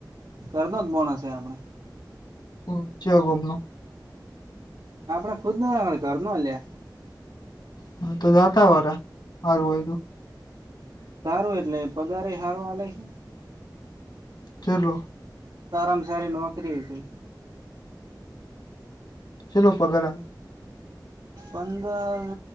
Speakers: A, on the right (about 80°); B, on the left (about 70°).
A: ઘરનો જ બણ હશે આપણે
B: હમ ચીયા ગોમનૈ
A: આપડે ખુદ નવાે ઘર નો હલ્યા
B: હા તો જાતા હોરા હારું હોય તો
A: સારું એટલે પગારે સારું વાલે છે.
B: ચેટલા
A: સારામાં સારી નોકરી છે.
B: ચેલો પગાર
A: પંદર